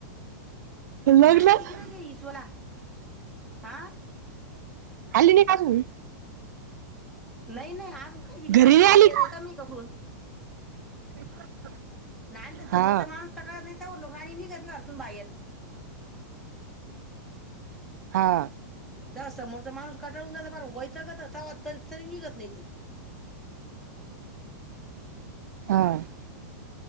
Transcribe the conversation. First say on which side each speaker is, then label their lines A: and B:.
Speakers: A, on the right; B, in the centre.
A: लग्नात
B: नानी <unintelligible> हा
A: आली नाही का आजून
B: नाही नाही आजून काय
A: घरी
B: गेली नाही नाणी
A: आली
B: एवढ्या
A: का?
B: लवकर <unintelligible>
A: <unintelligible>
B: नाही ना समोरचा
A: हा
B: माणूस कटळत नाहीत. तेवोर लोकं आणि निघणाती घरातून बाहेर.
A: हा
B: जा समोरचा माणूस कटाळून जात पाक वैतागत तावा तर तरी निघत नाही ती.
A: हां